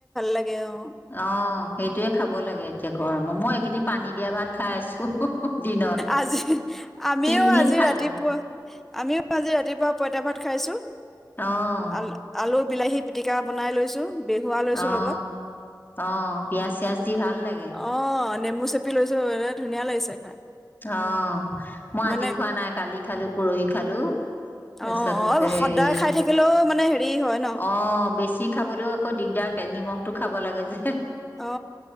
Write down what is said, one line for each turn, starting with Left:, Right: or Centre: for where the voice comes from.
Centre: লাগে অ'।
Left: অ' সেইটোয়ে খাব লাগে এতিয়া গৰম মই এইকেইদিন পানী দিয়া ভাত খাই আছো। দিনত
Centre: আজি আমিও
Left: তিনদিন
Centre: আজি
Left: খালো
Centre: ৰাতিপুৱা আমিও আজি ৰাতিপুৱা পইতা ভাত খাইছো
Left: অ',
Centre: আল আলু বিলাহী পিটিকা বনাই লৈছো। বেহুৱা লৈছো
Left: অ',
Centre: লগত,
Left: অ', পিয়াজ চিয়াজ দি ভাল লাগে
Centre: অ', নেমু চেপি <unintelligible> ধুনীয়া লাগিছে খাই।
Left: অ', মই আজি
Centre: মানে
Left: খোৱা নাই কালি খালো পৰহি খালো। তাৰপিছত
Centre: অ', অ',
Left: হেৰি
Centre: সদায় খাই থাকিলেও মানে হেৰি হয় ন।
Left: অ', বেছি খাবলৈও আকৌ দিগদাৰ। এ নিমখ টো খাব লাগে যে।
Centre: অ অ